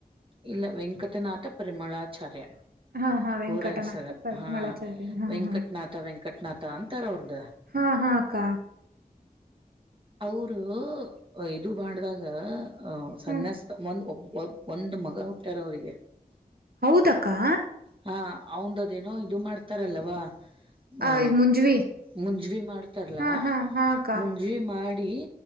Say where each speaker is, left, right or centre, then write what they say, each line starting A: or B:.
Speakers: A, on the right; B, on the right.
A: ಇಲ್ಲ ವೆಂಕಟನಾಟ ಪರಿಮಳಾಚಾರ್ಯ
B: ಹಾ ಹಾ ವೆಂಕಟನಾಥ
A: ಪೂರ ಹೆಸರ
B: ಪರಿಮಳಾಚಾರ್ಯ
A: ಹಾ
B: ಹಾ
A: ವೆಂಕಟ್ನಾಥ
B: ಹಾ
A: ವೆಂಕಟ್ನಾಥ ಅಂತಾರ ಅವ್ರದ್ದ
B: ಹಾ ಅಕ್ಕ
A: ಅವರು ಇದು ಮಾಡ್ದಾಗ ಅ ಸನ್ಯಾಸ
B: ಹ್ಮ
A: ಒಂದ್ ಒ ಒಂದ್ ಮಗ ಹುಟ್ಟಾರ ಅವ್ರರಿಗೆ
B: ಹೌದಕ್ಕಾ
A: ಹಾ ಅವಂದದೇನೋ ಇದು ಮಾಡ್ತಾರಲ್ಲವಾ ಹ
B: ಆ ಮುಂಜ್ವಿ
A: ಮುಂಜವಿ ಮಾಡ್ತಾರಲ
B: ಹಾ ಹಾ ಹಾ ಅಕ್ಕ
A: ಮುಂಜವಿ ಮಾಡಿ ಮಾಡಿ